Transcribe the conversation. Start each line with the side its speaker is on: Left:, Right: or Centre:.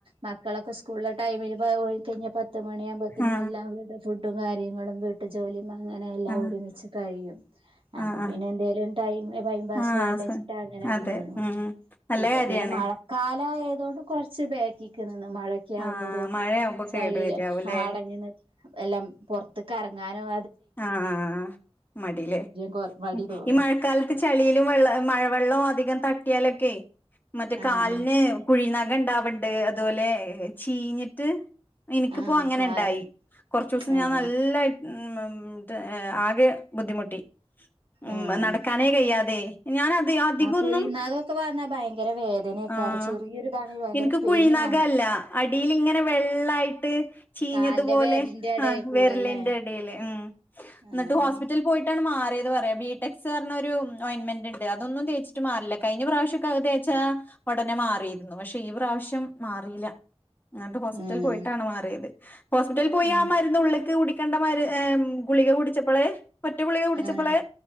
Right: മക്കളൊക്കെ സ്കൂളിലെ ടൈമില്കഴിഞ്ഞൽ പത്ത് മണിയകുമ്പോത്തന്
Left: ആഹ്
Right: എല്ലാം ഫു വും കാര്യങ്ങളും വീട്ട് ജോലി അങ്ങനെ എല്ലാം
Left: ആഹ്
Right: ഒരുമിച്ച് കഴിയും അപ്പൊ
Left: ആഹ്
Right: പിന്നെ എന്തേലും ടൈം ടൈം പാസ്
Left: ആഹ്
Right: വേണ്ട വെച്ചിട്ട്
Left: ആഹ്
Right: അങ്ങനൊക്കെ
Left: അതെ
Right: എറങ്ങും
Left: ഉം നല്ല
Right: ഇപ്പൊ
Left: കാര്യാണ്
Right: പിന്നെ മഴക്കാല ആയതോണ്ട് കൊറ്ച്ച് ക്കിക് ന്നിന്നൊ മഴക്കെ ആകുമ്പോ
Left: ആഹ്
Right: ഒരു
Left: മഴയാവുമ്പോ
Right: ചളിയില്
Left: കേട് വരാവൂല്ലേ
Right: ആടങ്ങി നി എല്ലാം പുറത്ത്ക്ക എറങ്ങാനും
Left: ആഹ് മടിലേ
Right: കൊ മടി തോന്നും
Left: ഈ മഴക്കാലത്ത് ചളിയിലും വെള്ള മഴവെള്ളവും അധികം തട്ടി ത്ത്യാലൊക്കെ മറ്റേ
Right: ആഹ്
Left: കാലിന് കുഴിനഖ ഉണ്ടാവണ്ട് അതുപോലെ ചീഞ്ഞിട്ട് എനിക്കിപ്പോ
Right: ആഹ്
Left: അങ്ങനെ
Right: കാല്
Left: ഉണ്ടായി കൊറച്ചൂ സം
Right: ആഹ്
Left: ഞാൻ നല്ല ഉം മം ന്ന് <unintelligible> എ ആകെ ബുദ്ധിമുട്ടി ഉം
Right: ആഹ്
Left: നടക്കാനേ കയ്യ്യാതെ ഞാൻ അത് അധികൊന്നും
Right: ആഹ് കുഴിനാഗൊക്കെ വന്നാ ഭയങ്കര വേദനയൊക്കാരം
Left: ആഹ്
Right: ചെറിയൊരിതാണെങ്കി ഭയങ്കര
Left: ഇൻക്ക്
Right: പെയിന്
Left: കുഴിനഖല്ല
Right: കാണാം
Left: അടിൽ ഇങ്ങനെ വെള്ളായിട്ട് ചീഞ്ഞതുപോലെ
Right: കാലിന്റെ വിരലിന്റെ എടേ
Left: ആ
Right: കൂടെല്ലേ
Left: വെര്ലിന്റെ എടേല് ഉം
Right: ആഹ്
Left: ന്നിട്ട് ഹോസ്പിറ്റലിൽ പോയിട്ടാണ് മാറിയത് പറയാ ബിടെക്സ് പറഞ്ഞ ഒരുയിന്റ്മെന്റ് ഉണ്ട് അതൊന്നും തേച്ചിട്ട് മാറില്ല കഴിഞ്ഞ പ്രാവശ്യ ഒക്കെ അത് തേച്ചാ ഉടനെ മാറിയിരുന്നു പക്ഷെ ഈ പ്രാവശ്യം മാറില്ല ങ്ങോട്ട് ഹോസ്പിറ്റൽ
Right: ആഹ്
Left: പോയിട്ടാണ് മാറിയത് ഹോസ്പിറ്റൽ പോയി
Right: ആഹ്
Left: ആ മരുന്നു ഉള്ള്ക്ക് കുടി ക്കണ്ടമാര് എ ഉം ഗുളിക കുടിച്ചപ്പളേ ഒറ്റപുളികെ കുടിച്ചപ്പളെ
Right: ആഹ്